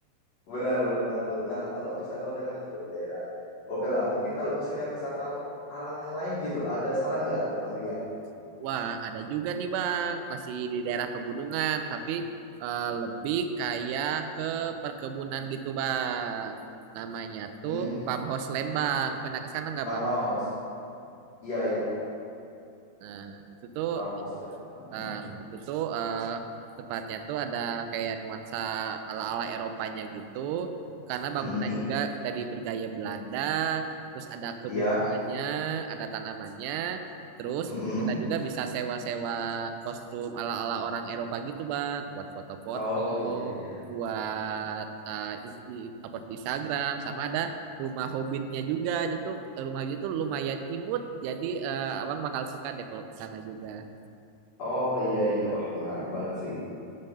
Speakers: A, on the left (about 50°); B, on the right (about 85°).
A: bener, bener banget tuh. Nah, kalau misalnya udah kan itu udah belerang. Oke lah, mungkin kalau misalnya wisata alam yang lain gitu, ada saran nggak, Bang Rian?
B: <laughs> Wah, ada juga nih Bang, masih di daerah pegunungan, tapi eh, lebih kayak ke perkebunan gitu Bang. Namanya tuh
A: Hmm,
B: Farmhouse Lembang. Pernah ke sana nggak
A: farmhouse.
B: Bang?
A: Iya, iya,
B: Nah, itu tuh
A: farmhouse lah.
B: Bang,
A: Hmm.
B: itu tuh eh, tempatnya tuh ada kayak nuansa ala-ala Eropanya gitu, karena bangunan
A: Mm-mm.
B: juga dari bergaya Belanda, terus ada kebudananya,
A: Iya.
B: ada tanamannya, terus
A: Mm-mm.
B: kita juga bisa sewa-sewa kostum ala-ala orang Eropa gitu, Bang, buat foto-foto,
A: Oh, iya, iya.
B: buat eh, is- upload di Instagram, sama ada rumah hobbitnya juga, itu rumah itu lumayan imut, jadi eh, abang bakal suka deh kalau ke sana juga.
A: Oh, iya, iya. Wah, menarik banget sih.